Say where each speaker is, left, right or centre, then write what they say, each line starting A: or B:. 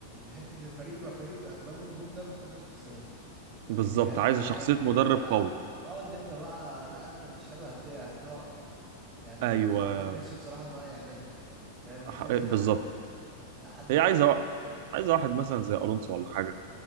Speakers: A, on the right (about 25°); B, on the right (about 60°).
A: حتة الفريق يبقى فريق اغلبه نجوم ده محتاجة شخصية وبلينجهام
B: بالظبط عايز
A: معاك
B: شخصيه مدرب
A: وبتاع
B: قوي
A: اه ان انت بقى لا انت مش حلو هترجع هتقعد يعني
B: ايوه
A: ما ما اعتقدش بصراحة ان هو يعملها فاهم محتاجة
B: ح-
A: حد
B: بالظبط
A: لا حد
B: هي
A: تقيل
B: عايزه وا- عايزه واحد مثلا زي الونسو ولا حاجه